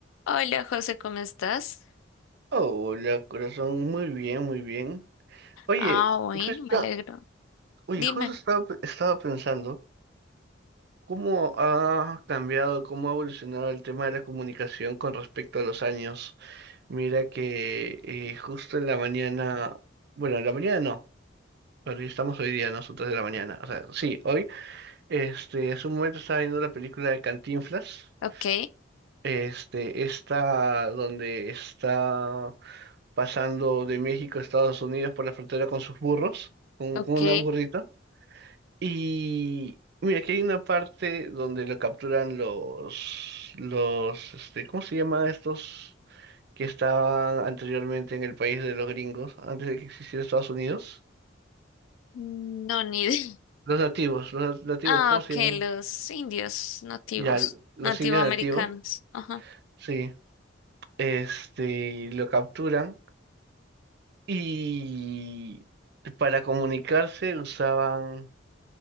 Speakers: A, on the left (about 90°); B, on the right (about 55°).
A: Hola José, ¿cómo estás?
B: Hola, corazón, muy bien, muy bien. Oye,
A: Ah, bueno,
B: justo,
A: me alegro.
B: oye,
A: Dime,
B: justo estaba, pe- estaba pensando cómo ha cambiado, cómo ha evolucionado el tema de la comunicación con respecto a los años. Mira que eh, justo en la mañana, bueno, en la mañana no, porque estamos hoy día, ¿no? Son tres de la mañana. O sea, sí, hoy, este, hace un momento estaba viendo la película de Cantinflas,
A: ok,
B: este, esta donde está pasando de México a Estados Unidos por la frontera con sus burros, con,
A: ok.
B: con una burrita. Y mira, aquí hay una parte donde lo capturan los, los, este, ¿cómo se llaman estos que estaban anteriormente en el país de los gringos, antes de que existiera Estados Unidos?
A: Mm, No, ni idea. <laughs>
B: Los nativos, los nativos,
A: Ah,
B: ¿cómo se
A: ok,
B: llaman?
A: los indios nativos,
B: Ya, los
A: nativoamericanos.
B: indios nativos,
A: Ajá,
B: sí, este, lo capturan y para comunicarse usaban